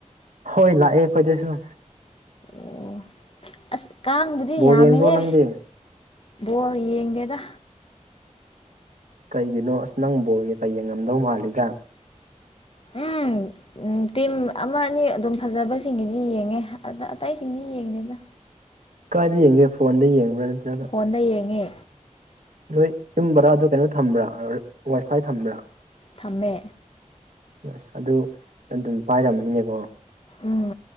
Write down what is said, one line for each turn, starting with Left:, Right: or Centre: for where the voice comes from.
Right: ꯍꯣꯏ ꯂꯥꯛꯑꯦ ꯈꯣꯏꯗꯁꯨ꯫
Left: ꯑꯣ ꯑꯁ ꯀꯥꯡꯕꯨꯗꯤ
Right: ꯕꯣꯜ
Left: ꯌꯥꯝꯃꯦꯌꯦ꯫
Right: ꯌꯦꯡꯕ꯭ꯔꯣ ꯅꯪꯗꯤ
Left: ꯕꯣꯜ ꯌꯦꯉꯦꯗ꯫
Right: ꯀꯩꯒꯤꯅꯣ ꯑꯁ ꯅꯪ ꯕꯣꯜꯒ ꯀꯩ ꯌꯦꯡꯉꯝꯗꯧ ꯃꯥꯜꯂꯤꯒ꯫
Left: ꯎꯝ꯫ ꯎꯝ ꯇꯤꯝ ꯑꯃ ꯑꯅꯤ ꯑꯗꯨꯝ ꯐꯖꯕꯁꯤꯡꯅꯒꯤꯗꯤ ꯌꯦꯡꯉꯦ ꯑ ꯑꯇꯩꯁꯤꯡꯗꯤ ꯌꯦꯡꯗꯦꯗ꯫
Right: ꯀꯥꯏꯗ ꯌꯦꯡꯒꯦ ꯐꯣꯟꯗ ꯌꯦꯡꯕ꯭ꯔꯥ꯫ ꯅꯠꯇ꯭ꯔꯒ
Left: ꯐꯣꯟꯗ ꯌꯦꯡꯉꯦ꯫
Right: ꯅꯣꯏ ꯌꯨꯝꯕ꯭ꯔꯥ ꯑꯗꯨ ꯀꯩꯅꯣ ꯊꯝꯕ꯭ꯔꯥ ꯋꯥꯏꯐꯥꯏ ꯊꯝꯕ꯭ꯔꯥ꯫
Left: ꯊꯝꯃꯦ꯫
Right: ꯑꯁ ꯑꯗꯨ ꯑꯗꯨꯝ ꯄꯥꯏꯔꯝꯃꯅꯤꯅꯦꯀꯣ꯫
Left: ꯎꯝ